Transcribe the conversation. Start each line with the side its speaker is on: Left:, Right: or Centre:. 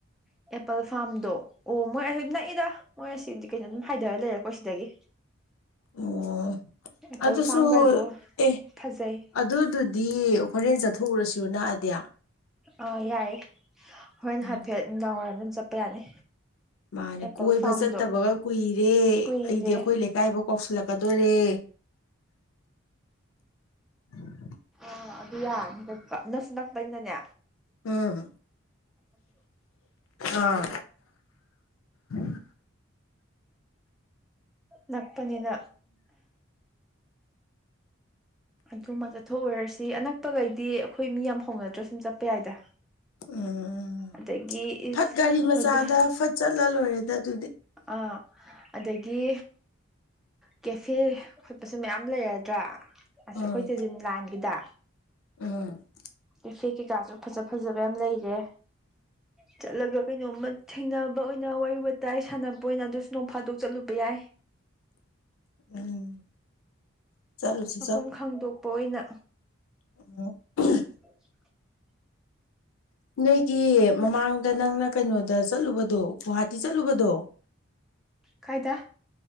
Centre: ꯑꯦꯄꯜ ꯐꯥꯔꯝꯗꯣ ꯑꯣ ꯃꯣꯏ ꯑꯁꯤ ꯅꯛꯏꯗ ꯃꯣꯏ ꯑꯁꯤꯗꯤ ꯀꯩꯅꯣ ꯑꯗꯨꯝ ꯍꯥꯏꯊꯔ ꯂꯩꯔꯦꯀꯣ ꯁꯤꯗꯒꯤ
Left: ꯑꯣ
Centre: ꯑꯦꯄꯜ
Left: ꯑꯗꯨꯁꯨ
Centre: ꯐꯥꯔꯝꯒꯗꯣ
Left: ꯑꯦ
Centre: ꯐꯖꯩ
Left: ꯑꯗꯨꯗꯨꯗꯤ ꯍꯣꯔꯦꯟ ꯊꯨꯔꯁꯨ ꯅꯛꯑꯗꯦ
Centre: ꯑꯥ ꯌꯥꯏꯌꯦ ꯍꯣꯔ
Left: ꯎꯝ
Centre: ꯍꯥꯏꯐꯦꯠ ꯅꯨꯡꯗꯥꯡ ꯋꯥꯏꯔꯝ ꯑꯗꯨꯝ ꯆꯠꯄ ꯌꯥꯅꯤ
Left: ꯃꯥꯅꯦ
Centre: ꯑꯦꯄꯜ
Left: ꯀꯣꯏꯕ
Centre: ꯐꯥꯔꯝꯗꯣ
Left: ꯆꯠꯇꯕꯒ ꯀꯨꯏꯔꯦ
Centre: ꯀꯨꯏꯔꯦ
Left: ꯑꯩꯗꯤ ꯑꯩꯈꯣꯏ ꯂꯩꯀꯥꯏꯐꯥꯎ ꯀꯥꯎꯁꯤꯜꯂꯛꯀꯗꯔꯦ <unintelligible>
Centre: ꯑꯥ ꯑꯗꯨ ꯌꯥꯔꯅꯤ ꯆꯠꯄ ꯅꯁꯨ ꯅꯛꯄꯩꯅꯅꯦ
Left: ꯎꯝ ꯑꯥ <unintelligible>
Centre: ꯅꯛꯄꯅꯤꯅ ꯑꯗꯨꯃ ꯆꯠꯊꯣꯛꯎꯔꯁꯤ ꯑꯅꯛꯄꯈꯩꯗꯤ ꯑꯩꯈꯣꯏ ꯃꯤ ꯌꯥꯝ ꯍꯧꯅꯗ꯭ꯔꯥ ꯁꯨꯝ ꯆꯠꯄ ꯌꯥꯏꯗ
Left: ꯎꯝ
Centre: ꯑꯗꯒꯤ ꯏꯁ
Left: ꯐꯠ ꯒꯥꯔꯤ ꯃꯆꯥꯗ
Centre: ꯍꯧꯖꯤꯛ
Left: ꯐꯠ ꯆꯠꯂ ꯂꯣꯏꯔꯦ ꯑꯗꯨꯗꯤ
Centre: ꯑꯥ ꯑꯗꯒꯤ ꯀꯦꯐꯦ ꯈꯣꯠꯄꯁꯨ ꯃꯌꯥꯝ ꯂꯩꯔꯗ꯭ꯔꯥ ꯑꯁ
Left: ꯎꯝ
Centre: ꯑꯩꯈꯣꯏꯗꯤ ꯑꯗꯨꯝ ꯂꯥꯟꯒꯤꯗ
Left: ꯎꯝ
Centre: ꯀꯩꯐꯦꯛ ꯀꯩꯀꯥꯁꯨ ꯐꯖ ꯐꯖꯕ ꯌꯥꯝ ꯂꯩꯔꯦ ꯆꯠꯂꯒ ꯀꯩꯅꯣꯝꯃ ꯊꯦꯡꯅꯕ ꯑꯣꯏꯅ ꯋꯥꯔꯤ ꯋꯥ ꯇ ꯑꯩ ꯁꯥꯟꯅꯕ ꯑꯣꯏꯅ ꯑꯗꯨꯁꯨ ꯅꯣꯡ ꯐꯥꯗꯣꯛ ꯆꯠꯂꯨꯕ ꯌꯥꯏ
Left: ꯎꯝ ꯆꯠꯂꯨꯁꯦ
Centre: ꯃꯐꯝ ꯈꯪꯗꯣꯛꯄ ꯑꯣꯏꯅ
Left: ꯑ
Centre: <unintelligible>
Left: ꯅꯣꯏꯒꯤ ꯃꯃꯥꯡꯗ ꯅꯪꯅ ꯀꯩꯅꯣꯗ ꯆꯠꯂꯨꯕꯗꯣ ꯒꯨꯍꯥꯇꯤ ꯆꯠꯂꯨꯕꯗꯣ
Centre: ꯀꯥꯏꯗ